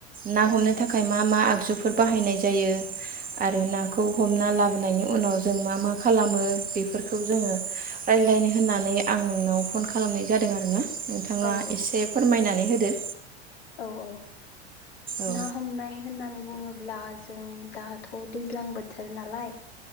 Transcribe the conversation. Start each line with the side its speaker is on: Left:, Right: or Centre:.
Right: ना
Left: औ
Right: हमनो थाखाय मा मा आगजुफोर बाहायनाय जायो। आरो नाखौ हमना ला लाबोनायनि उनाव जों मा मा खालामो बे फोरखौ जोङो
Left: औ
Right: रायज्लायनो होननानै आं नोंनाव फन खालामनाय जादों आरो ना। नोंथाङा
Left: औ
Right: एसे फोरमायनानै होदो।
Left: औ औ।
Right: औ
Left: ना हमनाय होननानै बुङोब्ला। ब्ला जों दाथ' दैज्लां बोथोर नालाय।